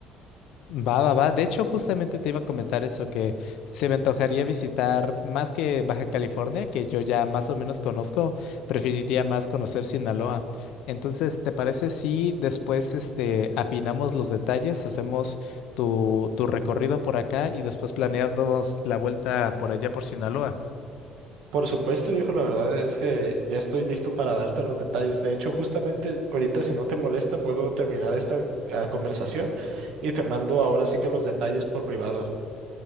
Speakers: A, on the left (about 75°); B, on the right (about 75°).
A: Va, va, va. De hecho, justamente te iba a comentar eso, que se me antojaría visitar más que Baja California, que yo ya más o menos conozco, preferiría más conocer Sinaloa. Entonces, ¿te parece si después este, afinamos los detalles, hacemos tu, tu recorrido por acá y después planeamos la vuelta por allá por Sinaloa?
B: Por supuesto, viejo, la verdad es que ya estoy listo para darte los detalles. De hecho, justamente ahorita, si no te molesta, puedo terminar esta ah, conversación y te mando ahora sí que los detalles por privado.